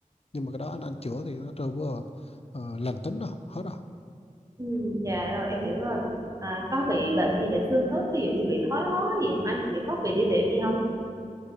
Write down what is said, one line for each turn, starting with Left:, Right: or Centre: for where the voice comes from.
Left: Nhưng mà cái đó anh anh chữa thì nó trở vừa ờ, lành tính rồi, hết rồi.
Right: Ừ, dạ rồi em hiểu rồi. À, có bị bệnh gì về xương khớp ví dụ như bị thoái hóa gì không anh? Bị thoát vị đĩa đệm gì không?